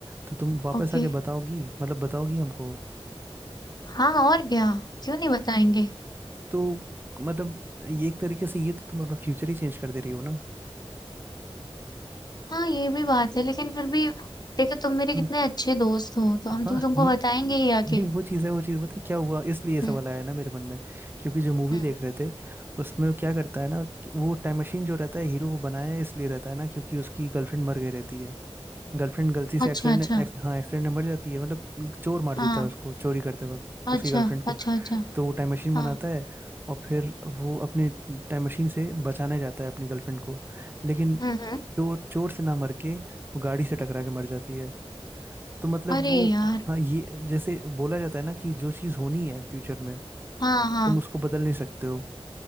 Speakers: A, on the right (about 20°); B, on the left (about 40°).
A: तो तुम वापस
B: ओके
A: आके बताओगी मतलब बताओगी हमको
B: हाँ और क्या क्यों नहीं बताएंगे
A: तो मतलब ये एक तरीके से ये तो तुम अपना फ्यूचर ही चेंज कर दे रही हो ना
B: हाँ ये भी बात है लेकिन फिर भी देखो तुम मेरे
A: हम्म,
B: कितने अच्छे दोस्त हो तो हम
A: हाँ
B: तुम तुमको बताएंगे ही
A: नहीं
B: आके
A: वो चीज़ है वो चीज़ पता है क्या हुआ इसलिए ये सवाल
B: हम्म
A: आया ना मेरे मन में क्योंकि जो मूवी
B: हम्म
A: देख रहे थे उसमें वो क्या करता है ना कि वो टाइम मशीन जो रहता है हीरो वो बनाया इसलिए रहता है ना क्योंकि उसकी गर्लफ्रेंड मर गई रहती है गर्लफ्रेंड गलती से
B: अच्छा
A: एक्सीडेंट
B: अच्छा
A: एक्स, हाँ एक्सीडेंट में मर जाती है मतलब चोर मार
B: हाँ
A: देता है उसको चोरी करते वक्त उसकी
B: अच्छा
A: गर्लफ्रेंड को
B: अच्छा अच्छा
A: तो वो टाइम मशीन
B: हाँ
A: बनाता है और फिर वो अपने टाइम मशीन से बचाने जाता है अपनी गर्लफ्रेंड को लेकिन
B: हम्म हम्म।
A: चोर चोर से ना मर के वो गाड़ी से टकरा के मर जाती है तो मतलब
B: अरे
A: वो
B: यार
A: हाँ ये जैसे बोला जाता है ना कि जो चीज़ होनी है फ्यूचर में
B: हाँ हाँ
A: तुम उसको बदल नहीं सकते हो